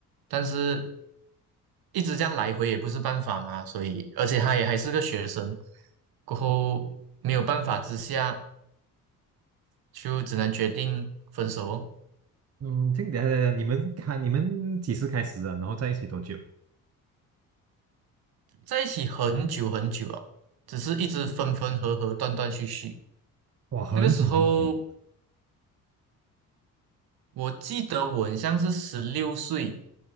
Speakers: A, on the right; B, on the right.
A: 但是一直这样来回也不是办法嘛，所以而且他也还是个学生，过后没有办法之下。就只能决定分手哦，
B: 嗯，这个等一下等一下，你们开你们几时开始的？然后在一起多久？
A: 在一起很久很久了，只是一直分分合合，断断续续。
B: 哇，很久很久，
A: 那个时候，我记得我很像是十六岁，